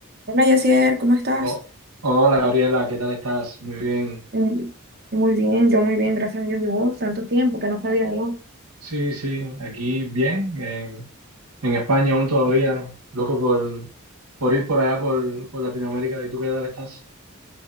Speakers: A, on the right; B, on the right.
A: Hola Yacier, ¿cómo estás?
B: Oh, hola Gabriela, ¿qué tal estás? Muy bien.
A: Mm, Muy bien, yo muy bien, gracias a Dios. ¿Y vos? Tanto tiempo que no sabía de vos.
B: Sí, sí, aquí bien. En, en España aún todavía, loco por, por ir por allá, por, por Latinoamérica. ¿Y tú qué tal estás?